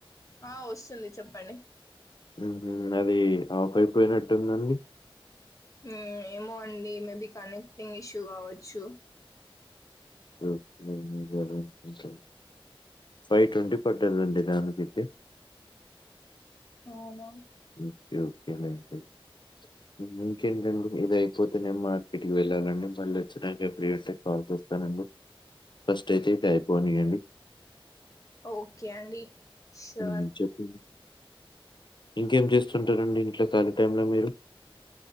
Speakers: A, on the left (about 35°); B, on the left (about 55°).
A: ఆ వస్తుంది చెప్పండి
B: ఉ అది ఆఫ్ అయిపోయినట్టుందండి
A: ఉ ఏమో అండి మేబి కనెక్టింగ్ ఇష్యూ కావచ్చు.
B: అ <unintelligible> ఫైవ్ ట్వంటీ ప <unintelligible> నండి దానికైతే
A: అవున
B: ఒక్కే ఒక్కే లేండి <unintelligible> కేంటండి ఇదయిపోతే నేను మార్కెట్కి వెళ్ళలండి మళ్ళీ <unintelligible> క్రియేటర్స్ ట్రాన్స్పోర్ట్ రానండి ఫస్ట్ అయితే ఇతైపోనియండి.
A: ఓకే అండి షూర్
B: హ్మ్ చెపు ఇంకేం చేస్తుంటారండి ఇంట్లో కాలి టైంలో మీరు